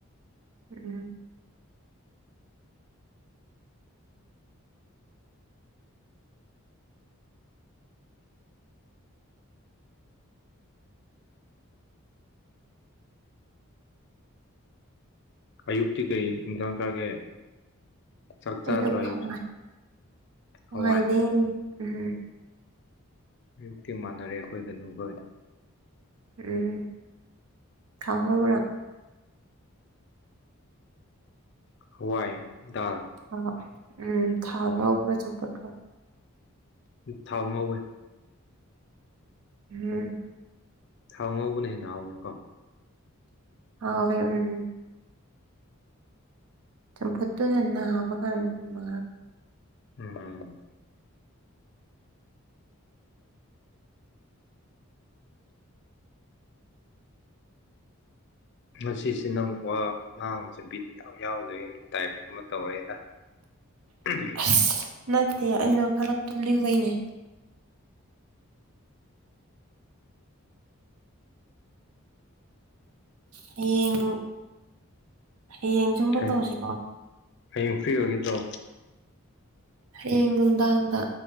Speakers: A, on the right; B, on the left.
A: ꯎꯝ
B: ꯑꯌꯨꯛꯇꯤ ꯀꯩ ꯏꯟꯖꯥꯡ ꯆꯥꯒꯦ ꯆꯥꯛ ꯆꯥꯗ꯭ꯔꯣ
A: ꯑꯩꯁꯨ
B: ꯑꯌꯨꯛꯁꯨ
A: ꯈꯪꯉꯣꯢ ꯍꯋꯥꯏꯅꯦ
B: ꯍꯋꯥꯏ
A: ꯎꯝ
B: ꯑꯌꯨꯛꯇꯤ ꯃꯥꯟꯅꯔꯦ ꯑꯩꯈꯣꯏ ꯇꯅꯨꯈꯣꯏ
A: ꯎꯝ ꯊꯝꯈꯕ꯭ꯔꯣ ꯅꯪ
B: ꯍꯋꯥꯏ ꯗꯥꯜ
A: ꯍꯣ ꯍꯣꯢ ꯎꯝ ꯊꯥꯒ ꯌꯥꯕ ꯆꯠꯄꯗꯣ
B: ꯊꯥꯎ ꯉꯧꯋꯦ
A: ꯎꯝ
B: ꯊꯥꯎ ꯉꯧꯕꯅ ꯍꯦꯟꯅ ꯍꯥꯎꯋꯤꯀꯣ
A: ꯑꯥ ꯋꯦ ꯎꯝ ꯆꯝꯐꯨꯠꯇꯨꯗ ꯅꯥꯕ ꯀꯥꯟꯗꯒꯨꯝꯕ
B: ꯎꯝ ꯉꯁꯤꯁꯦ ꯅꯪ ꯋꯥ ꯉꯥꯡꯕꯁꯦ ꯕꯤꯠ ꯏꯌꯥꯎ ꯌꯥꯎꯗꯣꯏ ꯇꯥꯏꯞ ꯑꯃ ꯇꯧꯔꯛꯑꯦꯗ ꯎꯝ
A: ꯑꯁ ꯅꯠꯇꯦ ꯑꯩꯗꯣ ꯈꯔ ꯇꯨꯝꯅꯤꯡꯕꯩꯅꯦ ꯍꯌꯦꯡ ꯍꯌꯦꯡꯖꯨ ꯑꯃꯨꯛ
B: ꯍꯌꯦꯡ
A: ꯇꯧꯁꯤꯀꯣ
B: ꯍꯌꯦꯡ ꯐ꯭ꯔꯤ ꯑꯣꯏꯒꯗ꯭ꯔꯣ
A: ꯍꯌꯦꯡ ꯅꯨꯡꯗꯥꯡꯗ